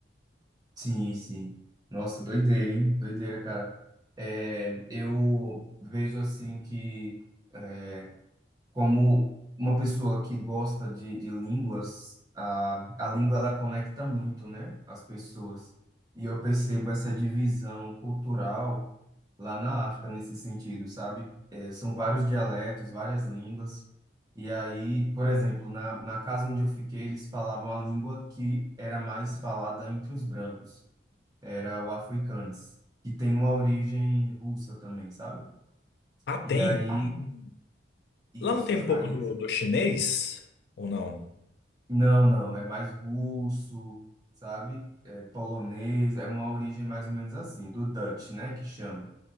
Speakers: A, on the right; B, on the left.
A: Sim, sim. Nossa, doideira, hein? Doideira, cara. É, eu vejo assim que é, como uma pessoa que gosta de, de línguas, a, a língua ela conecta muito, né, as pessoas. E eu percebo essa divisão cultural lá na África nesse sentido, sabe? É, são vários dialetos, várias línguas. E aí, por exemplo, na, na casa onde eu fiquei, eles falavam a língua que era mais falada entre os brancos, era o afrikaans, que tem uma origem russa também, sabe?
B: Ah, tem?
A: E aí,
B: Tem.
A: isso.
B: Lá não tem um pouco
A: Aí
B: do, do chinês? Ou não?
A: Não, não, é mais russo, sabe? É polonês, é uma origem mais ou menos assim, do Dutch, né, que chama.